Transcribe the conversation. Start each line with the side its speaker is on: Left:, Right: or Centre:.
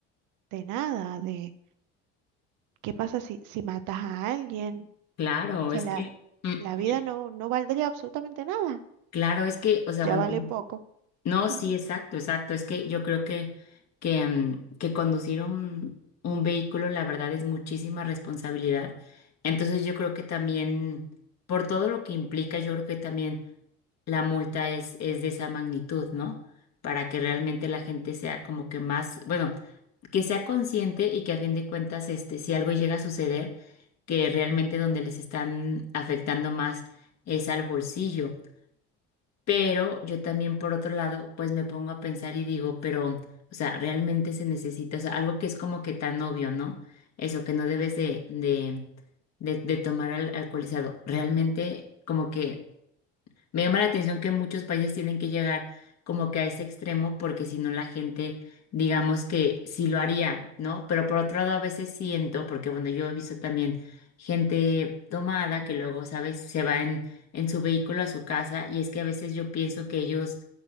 Right: de nada, de qué pasa si, si matas a alguien.
Left: Claro,
Right: O sea,
Left: es
Right: la,
Left: que, mm,
Right: la
Left: mm,
Right: vida no, no valdría absolutamente nada.
Left: claro, es que, o sea,
Right: Ya
Left: bueno,
Right: vale poco.
Left: No,
Right: <laughs>
Left: sí, exacto, exacto. Es que yo creo que, que, mm, que conducir un, un vehículo, la verdad, es muchísima responsabilidad. Entonces yo creo que también, por todo lo que implica, yo creo que también la multa es, es de esa magnitud, ¿no? Para que realmente la gente sea como que más, bueno, que sea consciente y que a fin de cuentas, este, si algo llega a suceder, que realmente donde les están afectando más es al bolsillo. Pero yo también, por otro lado, pues me pongo a pensar y digo, pero, o sea, realmente se necesita, o sea, algo que es como que tan obvio, ¿no? Eso, que no debes de, de, de, de tomar al alcoholizado. Realmente, como que me llama la atención que muchos países tienen que llegar como que a ese extremo porque si no la gente, digamos que sí lo haría, ¿no? Pero por otro lado a veces siento, porque bueno, yo he visto también gente tomada que luego, ¿sabes? Se va en, en su vehículo a su casa y es que a veces yo pienso que ellos